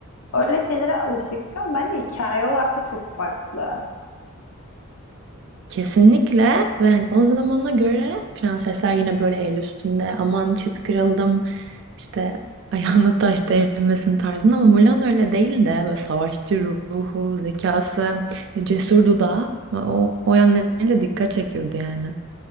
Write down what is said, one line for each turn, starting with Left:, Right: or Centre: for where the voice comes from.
Left: öyle şeylere alışıktık ama bence hikaye olarak da çok farklı.
Right: Kesinlikle ve hani o zamana göre prensesler yine böyle el üstünde aman çıt kırıldım işte ayağına taş değmesin tarzında ama Mulan öyle değil de böyle savaşçı ruhu, zekası, e, cesur dudağı o, o yönleriyle dikkat çekiyordu yani.